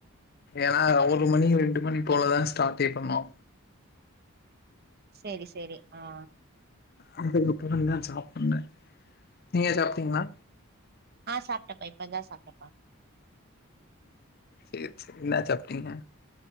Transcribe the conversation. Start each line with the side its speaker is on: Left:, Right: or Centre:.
Left: ஏன்னா ஒரு மணி ரெண்டு மணி போலதா ஸ்டாட்டே பண்ணுவோ
Right: சேரி சேரி ஆ
Left: அ அதுக்கப்பறம் தா இனிதா சாப்புன்னு நீங்க சாப்ட்டீங்ளா
Right: ஆ சாப்டப்பா இப்பதா சாப்டப்பா
Left: சேர் செரி என்னா சாப்ட்டீங்க